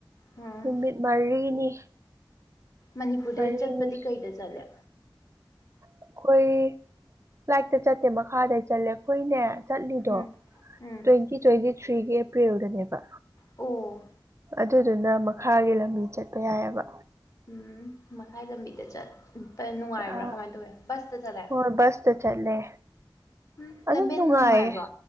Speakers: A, on the left; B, on the right.
A: ꯎꯝ
B: ꯅꯨꯃꯤꯠ ꯃꯔꯤꯅꯤ
A: ꯃꯅꯤꯄꯨꯔꯗꯩ
B: ꯃꯔꯤꯅꯤ
A: ꯆꯠꯄꯗꯤ ꯀꯩꯗ ꯆꯠꯂꯤ
B: ꯑꯩꯈꯣꯏ ꯐꯂꯥꯏꯠꯇ ꯆꯠꯇꯦ ꯃꯈꯥꯗ ꯆꯠꯂꯦ ꯑꯩꯈꯣꯏꯅꯦ ꯆꯠꯂꯤꯗꯣ
A: ꯎꯝ ꯎꯝ
B: ꯇ꯭ꯋꯦꯟꯇꯤ ꯇ꯭ꯋꯦꯟꯇꯤ ꯊ꯭ꯔꯤꯒꯤ ꯑꯦꯄ꯭ꯔꯤꯜꯗꯅꯦꯕ
A: ꯑꯣ
B: ꯑꯗꯨꯗꯨꯅ ꯃꯈꯥꯒꯤ ꯂꯝꯕꯤ ꯆꯠꯄ ꯌꯥꯏꯑꯕ
A: ꯎꯝ ꯃꯈꯥꯏ ꯂꯝꯕꯤꯗ ꯆꯠꯄ ꯅꯨꯡꯉꯥꯏꯕ꯭ꯔꯥ
B: ꯑ
A: ꯀꯃꯥꯏ ꯇꯧꯋꯦ ꯕꯁꯇ ꯆꯠꯂꯦ
B: ꯍꯣꯏ ꯕꯁꯇ ꯆꯠꯂꯦ
A: ꯎꯝ
B: ꯑꯗꯨꯝ
A: ꯂꯝꯕꯦꯟ
B: ꯅꯨꯡꯉꯥꯏꯌꯦ
A: ꯅꯨꯡꯉꯥꯏꯕ꯭ꯔꯣ